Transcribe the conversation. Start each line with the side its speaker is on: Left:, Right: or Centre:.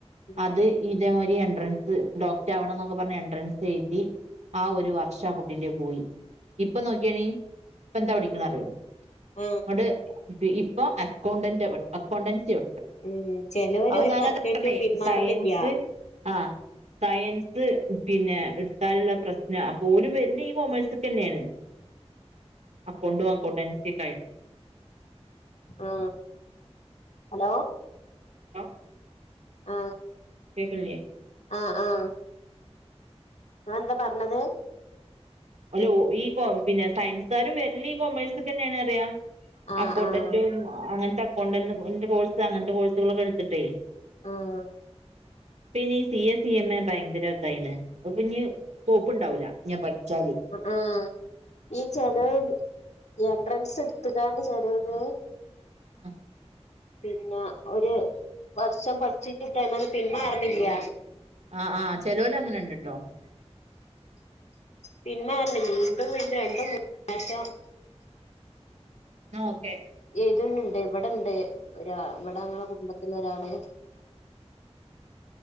Left: ഉം
Right: അത് ഇതേ മാ ഈ എൻട്രൻസ് ഡോക്ടർ ആവണം എന്നൊക്കെ പറഞ്ഞ് എൻട്രൻസ് എഴുതി ആ ഒരു വർഷ ആ കുട്ടിന്റെറെ പോയി ഇപ്പൊ നോക്കിയെണീ ഇപ്പ
Left: ഉം
Right: എന്താ പഠിക്ക്ണെ അറിയോ
Left: ആഹ്
Right: അതണ്ട് ഇപ്പൊ അക്കൗണ്ടൻ്റാ പഠി അക്കൗണ്ടൻസിയാ
Left: ഉം ചെലോര്
Right: അപ്പൊ
Left: ഒരു
Right: ഞാനത
Left: വർഷായിട്ടും
Right: പറഞ്ഞെ
Left: പിന്മാറണില്ല
Right: സയൻസ് ആ സയൻസ് പിന്നെ എടുത്താലുള്ള പ്രശ്നം അപ്പോ ഓലും വർനെ ഈ കോമേഴ്സക്ക തന്നെയാണ്
Left: <unintelligible>
Right: അക്കൗണ്ടും അക്കൗണ്ട് എൻസി ഒക്കെ ആയിട്ടേ
Left: ആ ഹലോ
Right: ഹലോ
Left: ആ
Right: കേക്കനില്ലിയെ
Left: ആ ആ ഇങ്ങളെന്താ പറഞ്ഞത്
Right: അല്ല ഈ പിന്നെ സയൻസ്കാരും വരല്ല ഈ കൊമേഴ്സ്ന്നെയണ അറിയ
Left: ആഹ്
Right: അക്കൗണ്ടന്റും
Left: ആഹ്
Right: അങ്ങനത്തെ അക്കൗണ്ടന്റും അങ്ങനത്തെ അകൗണ്ടന്റ് കോഴ്സ് അങ്ങനത്തെ കോഴ്സുകളൊക്കെ എടുത്തിട്ടേ
Left: ആഹ്
Right: പിന്നെ C A C M A ഭയങ്കര ഇതായിന്ന് അത് പിഞ് സ്കോപ്പ് ഉണ്ടാവൂല ഞൻ പഠിച്ചാളി
Left: ആ ഈ ചെലോ എൻട്രൻസ് എടുത്തുകാണ്ട് ചെലോന്
Right: ഉം
Left: പിന്നെ ഒരു വർഷം പഠിച്ചിട്ട ഇട്ട്മന്ന് പിന്മാറണില്യ
Right: ആ ആഹ് ചെലോല അങ്ങനെ ഇണ്ട്ട്ടോ
Left: പിന്മാറണ്ട വീണ്ടും വീണ്ടും രണ്ടു മൂന്ന ആഴ്ച
Right: ആ
Left: ഏതണ്ട് ഇണ്ട് ഇവിടെണ്ട് ഒരാ ഇവിടെ ങ്ങളെ കുടുംബത്തിലൊരാളു